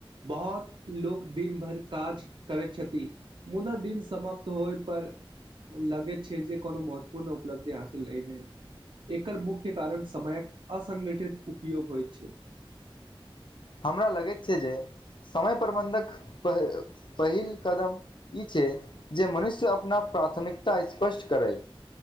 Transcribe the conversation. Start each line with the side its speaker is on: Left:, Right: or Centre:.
Right: बहुत लोक दिन भरि काज करैत छथि मुदा दिन समाप्त होय पर लगय छै जे कोनो महत्वपूर्ण उपलब्धि हासिल नहि भेल एकर मुख्य कारण समयक असंगठित उपयोग होय छै
Left: हमरा लगैत छै जे समय प्रबन्धक पहि पहिल कदम ई छै जे मनुष्य अपना प्राथमिकता स्पष्ट करै